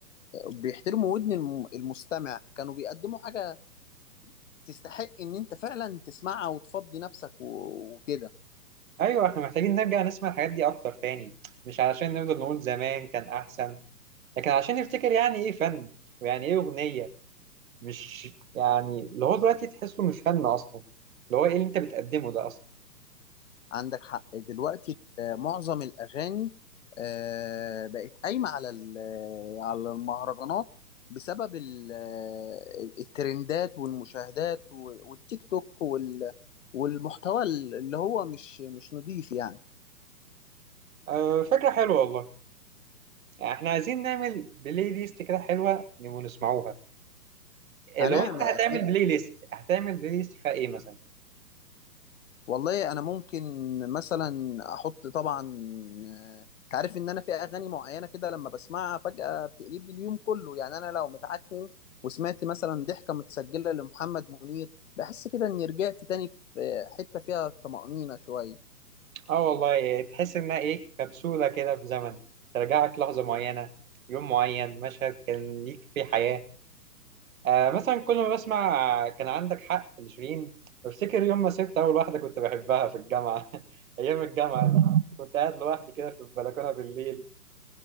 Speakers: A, on the left (about 50°); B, on the right (about 55°).
A: بيحترموا ودن الم- المستمع كانوا بيقدموا حاجه تستحق ان انت فعلا تسمعها وتفضي نفسك و- وكده
B: ايوه احنا محتاجين نرجع نسمع الحاجات دي اكتر تاني مش علشان نفضل نقول زمان كان احسن لكن علشان نفتكر يعني ايه فن ويعني ايه اغنية مش يعني اللي هو دلوقتي تحسه مش فن اصلا اللي هو ايه اللي انت بتقدمه ده اصلا
A: عندك حق دلوقتي آه، معظم الأغاني آه، بقت قايمة على ال- آه، على المهرجانات بسبب ال- الترندات والمشاهدات و- والتيك توك وال- والمحتوى اللي هو مش مش نضيف يعني
B: آه فكرة حلوة والله يعني احنا عايزين نعمل بلاي ليست كده حلوه نبقى نسمعوها إيه،
A: هنعمل
B: لو انت هتعمل
A: أكيد
B: بلاي ليست هتعمل بلاي ليست فيها ايه مثلا
A: والله انا ممكن مثلا احط طبعا آه، تعرف ان انا في اغاني معينه كده لما بسمعها فجاه بتقلب لي اليوم كله يعني انا لو متعكن وسمعت مثلا ضحكه متسجله لمحمد منير بحس كده اني رجعت تاني في آه، حته فيها طمانينه شويه
B: اه والله إيه، تحس انها ايه كبسوله كده في زمن ترجعك لحظه معينه يوم معين مشهد كان ليك فيه حياه آه مثلا كل ما بسمع كان عندك حق لشيرين بفتكر يوم ما سبت اول واحده كنت بحبها في الجامعه <laughs> ايام الجامعه دي كنت قاعد لوحدي كده في البلكونه بالليل